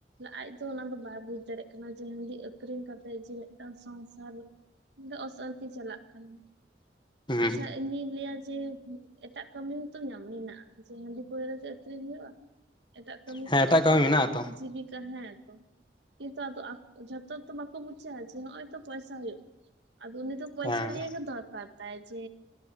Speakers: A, on the right; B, on the left.
A: ᱟᱡ ᱫᱚ ᱚᱱᱟ ᱫᱚ ᱵᱟᱭ ᱵᱩᱡ ᱫᱟᱲᱮᱭᱟᱜ ᱠᱟᱱᱟ ᱡᱮ ᱦᱟᱺᱰᱤ ᱟᱹᱠᱷᱨᱤᱧ ᱠᱟᱛᱮ ᱡᱮ ᱢᱤᱫᱴᱟᱱ ᱥᱚᱝᱥᱟᱨ ᱤᱧ ᱫᱚ ᱚᱥᱟᱱᱛᱤ ᱪᱟᱞᱟᱜ ᱠᱟᱱᱟ
B: ᱦᱩᱸ
A: ᱟᱪᱪᱷᱟ ᱤᱧᱤᱧ ᱞᱟᱹᱭᱟ ᱡᱮ ᱮᱴᱟᱜ ᱠᱟᱹᱢᱤ ᱦᱚᱸᱛᱚ ᱢᱮᱱᱟᱜ-ᱟ ᱡᱮ ᱦᱟᱺᱰᱤ ᱯᱟᱹᱣᱨᱟᱹ ᱟᱹᱠᱷᱨᱤᱧ ᱦᱩᱭᱩᱜ-ᱟ ᱮᱴᱟᱜ ᱠᱟᱹᱢᱤ
B: ᱦᱮᱸ
A: ᱠᱟᱛᱮᱜ
B: ᱮᱴᱟᱜ ᱠᱟᱹᱢᱤ
A: ᱛᱚ
B: ᱢᱮᱱᱟᱜ ᱟᱛᱚ
A: ᱡᱤᱵᱤᱠᱟ ᱦᱮᱸᱛᱚ ᱠᱤᱱᱛᱩ ᱡᱷᱚᱛᱚ ᱛᱚ ᱵᱟᱠᱚ ᱵᱩᱡᱟ ᱡᱮ ᱱᱚᱜ ᱚᱭ ᱛᱚ ᱯᱚᱭᱥᱟ ᱦᱩᱭᱩᱜ ᱟᱫᱚ ᱩᱱᱤ ᱫᱚ ᱯᱚᱭᱥᱟ
B: ᱦᱮᱸ
A: ᱞᱤᱹᱭᱮᱹ ᱜᱮ ᱫᱚᱨᱠᱟᱨ ᱛᱟᱭ ᱡᱮ